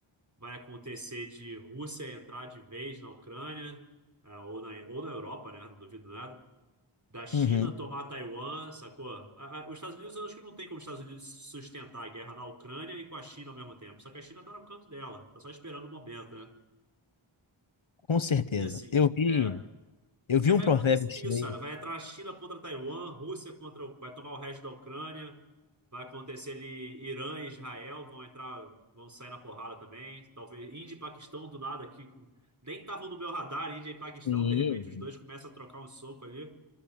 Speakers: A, on the right; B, on the left.
A: vai acontecer de Rússia entrar de vez na Ucrânia, é, ou na, ou na Europa, né? Não duvido nada. Da China
B: Uhum,
A: tomar Taiwan, sacou? A- a- os Estados Unidos, eu acho que não tem como os Estados Unidos sustentar a guerra na Ucrânia e com a China ao mesmo tempo. Só que a China tá no canto dela, tá só esperando o momento, né?
B: com certeza.
A: E assim,
B: Eu vi.
A: é.
B: Eu vi
A: Aí
B: um
A: vai
B: provérbio
A: acontecer
B: chinês.
A: isso, sabe? Vai entrar a China contra Taiwan, Rússia contra o... vai tomar o resto da Ucrânia, vai acontecer ali Irã e Israel vão entrar, vão sair na porrada também. Talvez Índia e Paquistão do nada aqui, com- nem estavam no meu radar, Índia e Paquistão,
B: Sim,
A: de repente os dois começam a trocar um soco ali.